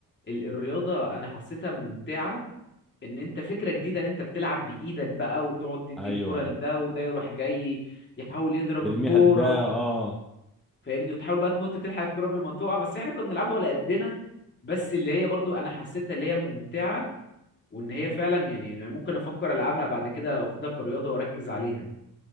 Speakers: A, on the left; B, in the centre.
A: ال- الرياضه انا حسيتها ممتعه ان انت فكره جديده ان انت بتلعب بايدك بقى وتقعد تدي
B: ايوه
A: الكوره لده وده يروح جاي يحاول يضرب
B: ارميها
A: الكوره
B: لده اه
A: فاهمني وتحاول بقى تنط تلحق الكرة قبل ما تقع بس احنا كنا بنلعبها ولا قدنا بس اللي هي برضو انا حسيتها اللي هي ممتعة وان هي فعلا يعني أنا ممكن افكر العبها بعد كده واخدها كرياضة واركز عليها